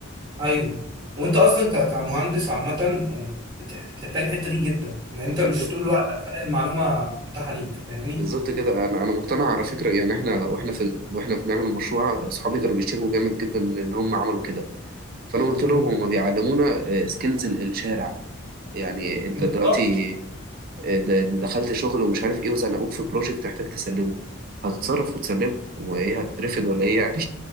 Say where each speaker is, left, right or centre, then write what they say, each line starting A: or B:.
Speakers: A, on the right (about 20°); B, on the right (about 45°).
A: ايوه وانت اصلا ك- كمهندس عامه آه، بتحت- بتحتاج الحته دي جدا ان انت
B: محتاج
A: مش طول الوقت هتلاقي المعلومه متاحه ليك فاهمني؟
B: بالظبط كده انا انا مقتنع على فكره يعني احنا واحنا في واحنا بنعمل المشروع اصحابي كانوا بيشتكوا جامد جدا من ان هم عملوا كده فانا قلت
A: مم.
B: لهم هم بيعلمونا سكيلز الشارع يعني انت
A: بالظبط
B: دلوقتي آه، د- دخلت شغل ومش عارف ايه وزنقوك في بروجكت تحتاج تسلمه هتتصرف وتسلمه وايه هتترفد ولا ايه يعني